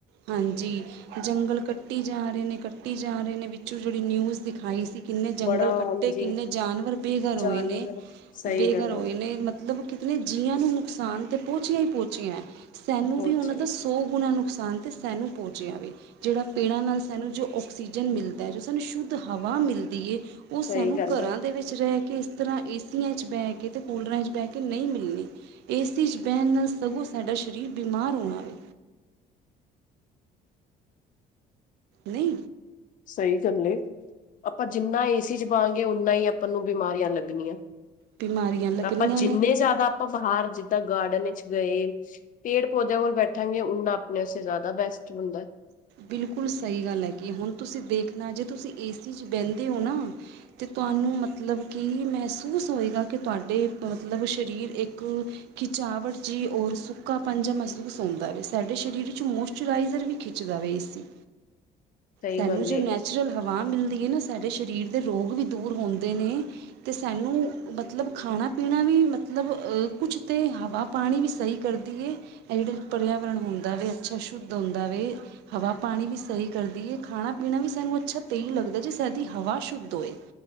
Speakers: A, on the right; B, on the left.
A: ਹਾਂਜੀ। ਜੰਗਲ ਕੱਟੀ ਜਾ ਰਹੇ ਨੇ, ਕੱਟੀ ਜਾ ਰਹੇ ਨੇ ਵਿੱਚੋਂ ਜਿਹੜੀ ਨਿਊਜ਼ ਦਿਖਾਈ ਸੀ। ਕਿੰਨੇ ਜੰਗਲ
B: ਬੜਾ
A: ਕੱਟੇ,
B: ਹਾਂਜੀ
A: ਕਿੰਨੇ ਜਾਨਵਰ ਬੇਘਰ ਹੋਏ
B: ਜਾਨਵਰ
A: ਨੇ
B: ਸਹੀ
A: ਬੇਘਰ
B: ਗੱਲ
A: ਹੋਏ
B: ਏ
A: ਨੇ। ਮਤਲਬ, ਕਿਤੇ ਜੀਆਂ ਨੂੰ ਨੁਕਸਾਨ ਤੇ ਪਹੁੰਚੀਆਂ ਹੀ ਪਹੁੰਚੀਆਂ ਸਾਨੂੰ
B: ਹੋਰ
A: ਵੀ ਉਹਨਾਂ
B: ਸਹੀ।
A: ਦਾ ਸੋ ਗੁਣਾ ਨੁਕਸਾਨ ਤੇ ਸਾਨੂੰ ਪਹੁੰਚ ਜਾਵੇ। ਜਿਹੜਾ ਪੇੜਾਂ ਨਾਲ ਸਾਨੂੰ ਜੋ ਆਕਸੀਜਨ ਮਿਲਦਾ ਹੈ, ਜੋ ਸਾਨੂੰ ਸ਼ੁੱਧ ਹਵਾ ਮਿਲਦੀ ਹੈ। ਉਹ
B: ਸਹੀ
A: ਸਾਨੂੰ
B: ਗੱਲ
A: ਘਰਾਂ
B: ਏ
A: ਦੇ ਵਿੱਚ ਰਹਿ ਕੇ ਤਰਾਂ ਏਸੀਆਂ 'ਚ ਬੈ ਕੇ ਤੇ ਕੂਲਰਾਂ 'ਚ ਬੈ ਕੇ ਨਈ ਮਿਲਨੀ। ਏ ਤੀ 'ਚ ਬੈਨ ਨਾਲ ਸਗੋਂ ਸਾਡਾ ਸ਼ਰੀਰ ਬਿਮਾਰ ਹੋਨਾ ਵੇ। ਨਈ
B: ਸਈ ਗੱਲ ਏ। ਆਪਾਂ ਜਿੰਨਾ ਏਸੀ 'ਚ ਬਾਂਅ ਗੇ ਓਨਾ ਈ ਆਪਾਂ ਨੂੰ ਬਿਮਾਰੀਆਂ ਲੱਗਨੀਆਂ।
A: ਬਿਮਾਰੀਆਂ ਲੱਗਣੀਆਂ
B: ਔਰ ਆਪਾਂ
A: ਨੇ
B: ਜਿੰਨੇ ਜ਼ਿਆਦਾ ਆਪਾਂ ਬਾਹਾਰ ਜਿੱਦਾਂ ਗਾਰਡਨ ਇੱਚ ਗਏ ਪੇੜ ਪੌਦਿਆਂ ਕੋਲ ਬੈਠਾਂਗੇ ਉਨਾ ਆਪਨੇ ਆਸੇ ਜ਼ਿਆਦਾ ਬੈਸਟ ਹੁੰਦੈ।
A: ਬਿਲਕੁਲ ਸਈ ਗੱਲ ਐ ਕਿ ਹੁਨ ਤੁਸੀ ਦੇਖਨਾ ਜੇ ਤੁਸੀ ਏ ਸੀ 'ਚ ਬੈਂਦੇ ਓ ਨਾ ਤੇ ਤੁਆਨੂੰ ਮਤਲਬ ਕਿ ਮਹਿਸੂਸ ਹੋਏਗਾ ਕੇ ਤੁਆਡੇ ਪ ਮਤਲਬ ਸ਼ਰੀਰ ਏੱਕ ਖਿਚਾਵਟ ਜੀ ਔਰ ਸੁੱਕਾਪਨ ਜਾ ਮਹਿਸੂਸ ਹੋਂਦਾ ਵੇ। ਸਾਡੇ ਸ਼ਰੀਰ ਇੱਚ ਮੋਸਚਰਾਈਜ਼ਰ ਵੀ ਖਿੱਚ ਰਾਵੇ ਏ ਸੀ,
B: ਸਹੀ
A: ਸੈਨੂੰ
B: ਗੱਲ
A: ਜੋ
B: ਏ,
A: ਨੈ ਚੁਰਲ ਹਵਾ ਮਿਲਦੀ ਏ ਨਾ ਸਾਡੇ ਸ਼ਰੀਰ ਦੇ ਰੋਗ ਵੀ ਦੂਰ ਹੋਂਦੇ ਨੇ ਤੇ ਸਾਨੂੰ ਮਤਲਬ ਖਾਣਾ ਪੀਣਾ ਵੀ ਮਤਲਬ ਅ ਕੁਛ ਤੇ ਹਵਾ ਪਾਣੀ ਵੀ ਸਈ ਕਰਦੀ ਏ। ਐ ਜੜਾ ਪਰੇਆਵਰਨ ਹੁੰਦਾ ਵੇ ਅੱਛਾ ਸ਼ੁੱਧ ਹੁੰਦਾ ਵੇ ਹਵਾ ਪਾਣੀ ਵੀ ਸਹੀ ਕਰਦੀ ਏ। ਖਾਣਾ ਪੀਣਾ ਵੀ ਸਾਨੂੰ ਅੱਛਾ ਤੇ ਈਂ ਲੱਗਦੈ ਜੇ ਸਾਡੀ ਹਵਾ ਸ਼ੁੱਧ ਹੋਏ।